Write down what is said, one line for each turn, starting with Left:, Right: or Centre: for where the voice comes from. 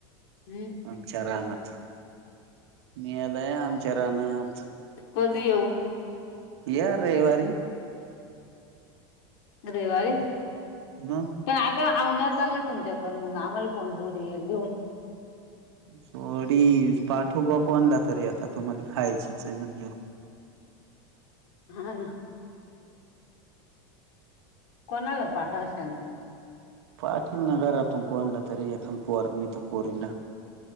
Left: <inaudible>
Right: आमच्या रानात, नेयाला या आमच्या रानात.
Left: कधी येऊ?
Right: या रयीवारी.
Left: रयीवारी?
Right: मग
Left: तं आग आवण्या चालय तुमच्याकुण, मग आम्हाला कोण जोडी घेऊन
Right: जोडी पाठु बा कोणला तरी, आता तुम्हाला खायचीच हे म्हणल्याव.
Left: हा ना. कोणाला पाठवशाल.
Right: पाठील ना घरातून कोणला तरी एखान. पोर नाही त पोरीला.